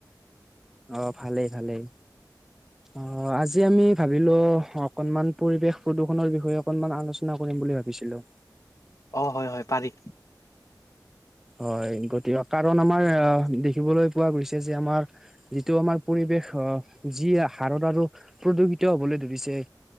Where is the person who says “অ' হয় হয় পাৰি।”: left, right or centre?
Left